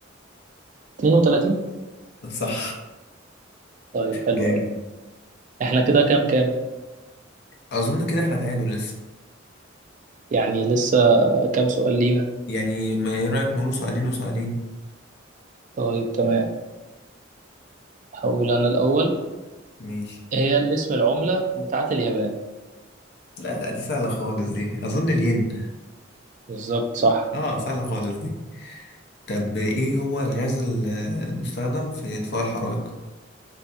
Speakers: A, on the right; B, on the left.
A: 32
B: صح
A: طيب حلو
B: جامد
A: قوي احنا كده كام كام
B: أظن كده إحنا تعادل لسه
A: يعني لسه كام سؤال لينا
B: يعني ما إيه رأيك نقوله سؤالين وسؤالين
A: طيب تمام هقول انا الاول
B: ماشي
A: هي الاسم العملة بتاعت اليابان
B: لا لا دي سهلة خالص دي أظن الين
A: بالظبط صح
B: آه سهلة خالص دي طب إيه هو الغاز ال- المستخدم في إطفاء الحرائق